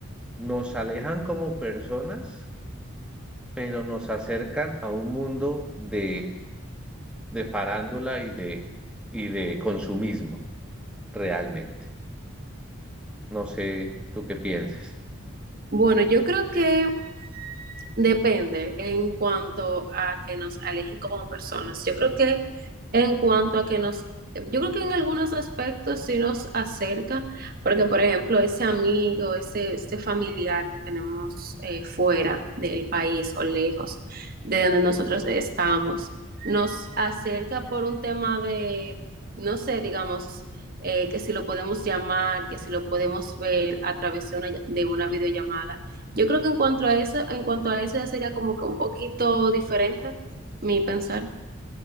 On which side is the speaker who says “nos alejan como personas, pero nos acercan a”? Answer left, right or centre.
Centre